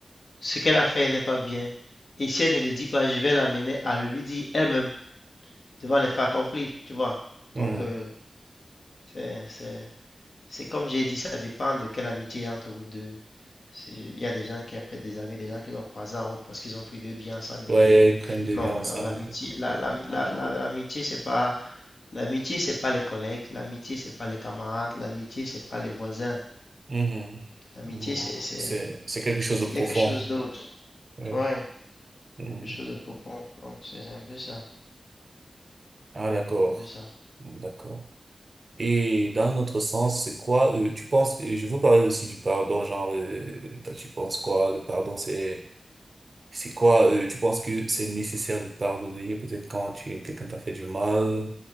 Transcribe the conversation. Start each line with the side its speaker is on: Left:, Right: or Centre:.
Left: ce qu'elle a fait n'est pas bien. Et si elle ne le dit pas, je vais l'amener à le lui dire elle-même, devant les faits accomplis, tu vois.
Right: mhm.
Left: Donc, euh, c'est, c'est, c'est comme j'ai dit, ça dépend de quelle amitié il y a entre vous deux. Il y a des gens qui appellent des amis, des gens qu'ils ont croisés en route parce qu'ils ont pris deux bières ensemble, ils
Right: Ouais,
Left: deviennent amis.
Right: ils prennent des
Left: Non,
Right: vies ensemble.
Left: la- l'amitié, la, la- la- la- l'amitié, c'est pas, l'amitié, c'est pas les collègues, l'amitié, c'est pas les camarades, l'amitié, c'est pas les voisins.
Right: Mhm,
Left: L'amitié,
Right: mhm.
Left: c'est, c'est,
Right: C'est, c'est quelque chose
Left: c'est
Right: de profond.
Left: quelque chose d'autre.
Right: Ouais.
Left: Ouais,
Right: Mhm.
Left: quelque chose de profond. Donc, c'est un peu ça,
Right: Ah, d'accord.
Left: un peu ça.
Right: D'accord. Et dans notre sens, c'est quoi, euh, tu penses, euh, je veux parler aussi du pardon, genre, euh, toi, tu penses quoi, le pardon, c'est, c'est quoi, euh, tu penses que c'est nécessaire de pardonner, peut-être quand tu, quelqu'un t'a fait du mal,